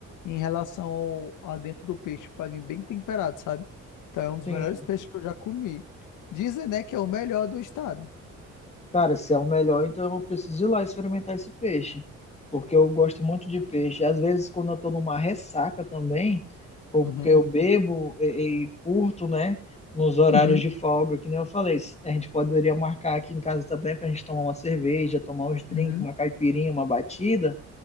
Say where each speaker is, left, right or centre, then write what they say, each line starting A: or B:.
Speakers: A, on the left; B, on the left.
A: em relação ao, a dentro do peixe, pra vir bem temperado, sabe? Então é um dos
B: Sim.
A: melhores peixes que eu já comi. Dizem, né, que é o melhor do estado.
B: Cara, se é o melhor, então eu preciso ir lá experimentar esse peixe, porque eu gosto muito de peixe. Às vezes, quando eu tô numa ressaca também, ou
A: Uhum.
B: porque eu bebo e, e curto, né, nos horários
A: Uhum.
B: de folga, que nem eu falei, se- a gente poderia marcar aqui em casa também pra gente tomar uma cerveja, tomar uns drinks,
A: Uhum.
B: uma caipirinha, uma batida